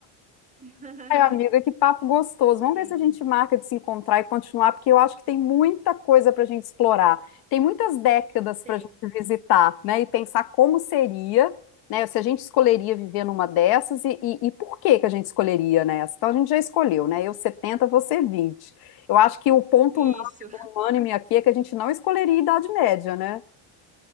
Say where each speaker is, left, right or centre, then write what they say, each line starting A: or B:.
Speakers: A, on the right; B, on the left.
A: <laughs>
B: Ai, amiga, que papo gostoso.
A: Sim,
B: Vamos ver se a gente marca de se encontrar e continuar, porque eu acho que tem muita coisa para a gente explorar. Tem muitas décadas
A: tem.
B: para a gente visitar, né? E pensar como seria, né? Se a gente escolheria viver numa dessas e, e, e por que que a gente escolheria nessa. Então a gente já escolheu, né? Eu 70 você vinte Eu acho que o ponto
A: Isso.
B: não unânime aqui é que a gente não escolheria Idade Média, né?